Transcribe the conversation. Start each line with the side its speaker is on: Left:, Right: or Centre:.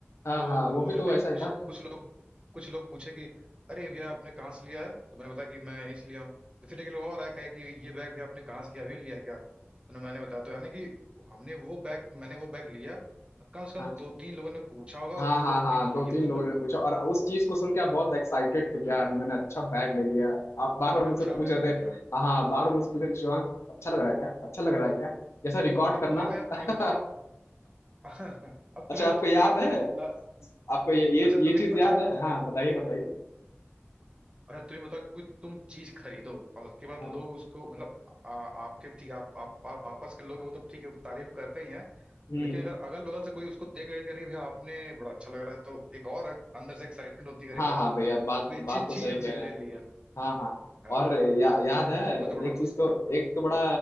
Left: हाँ
Right: तो
Left: हाँ वो
Right: वो
Left: भी
Right: जो
Left: तो
Right: नहीं
Left: वैसा
Right: कुछ
Left: ही था
Right: कुछ लोग कुछ लोग पूछे कि अरे भैया आपने कहाँ से लिया है तो मैंने बताया कि मैं यहीं से लिया हूँ तो फिर एक लोग और आया कहे कि ये बैग भी आपने कहाँ से लिया अभी लिया है क्या तो मैंने बताया तो यानी कि हमने वो बैग मैंने वो बैग लिया कम से
Left: हाँ
Right: कम दो तीन लोगों ने पूछा होगा और
Left: हाँ
Right: वो
Left: हाँ
Right: लोग
Left: हाँ
Right: भी लिए
Left: दो तीन
Right: उस
Left: लोगों
Right: बैग
Left: ने
Right: को
Left: पूछा और उस चीज को सुन के आप बहुत एक्साइटेड थे कि यार मैंने अच्छा बैग ले लिया आप बार बार मुझसे
Right: अच्छा
Left: पूछ
Right: बैग
Left: रहे
Right: ले
Left: थे
Right: लिया
Left: हाँ हाँ, बार बार मुझसे पूछ रहे थे शिवांग अच्छा लग रहा है क्या अच्छा लग रहा है क्या जैसा रिकॉर्ड
Right: अब
Left: करना
Right: तुम्हें यार
Left: <laughs>
Right: तुम ही बताओ <laughs> अब
Left: अच्छा
Right: तुम ही बताओ
Left: आपको याद
Right: कि
Left: है
Right: अ,
Left: आपको ये ये
Right: अच्छा तुम्हें
Left: ये चीज
Right: अच्छा
Left: याद है हाँ बताइए बताइए
Right: अच्छा तुम ही बताओ कि कोई तुम चीज खरीदो और उसके बाद
Left: हाँ
Right: लोग उसको मतलब आ, आपके ठीक आप, आप, आ, आपस के लोग हैं वो तो ठीक है तारीफ करते ही हैं
Left: हम्म
Right: लेकिन अगर अगल बगल से कोई उसको देख रहे कि अरे भैया आपने बड़ा अच्छा लग रहा है तो एक और अंदर से एक्साइटमेंट होती है कि
Left: हाँ
Right: अरे वाह
Left: हाँ भैया
Right: मतलब
Left: बात
Right: कोई अच्छी
Left: बात
Right: चीज
Left: तो सही
Right: हमने
Left: कह रहे
Right: ले
Left: हैं
Right: ली है
Left: हाँ हाँ
Right: हाँ
Left: और या, याद है
Right: तो मैं तो बड़ा
Left: एक चीज
Right: खुश
Left: तो
Right: था
Left: एक तो बड़ा